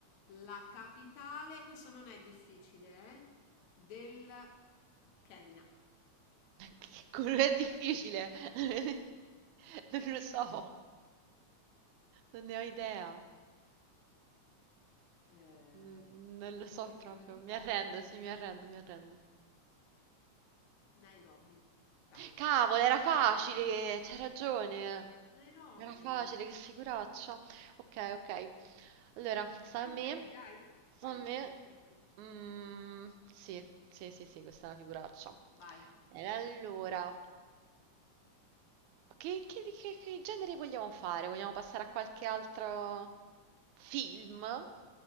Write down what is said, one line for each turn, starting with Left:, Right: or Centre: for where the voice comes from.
Left: la capitale, questo non è difficile, eh, del Kenya.
Right: Che quello è difficile. <laughs> Non lo so, non ne ho idea.
Left: Ehm,
Right: Non, non lo
Left: vuoi
Right: so
Left: che
Right: proprio.
Left: te lo dica?
Right: Mi arrendo, sì, mi arrendo, mi arrendo.
Left: Nairobi. Dai,
Right: Cavolo,
Left: era facile.
Right: era facile, c'hai ragione.
Left: Nairobi.
Right: Era facile, che figuraccia. Ok, ok. Allora, sta
Left: Ai
Right: a me.
Left: ai ai,
Right: Sta
Left: ai
Right: a me.
Left: ai ai.
Right: Mm, sì, sì, sì, sì, questa è una figuraccia.
Left: Vai.
Right: E allora, che, che- che- che genere vogliamo fare? Vogliamo passare a qualche altro film?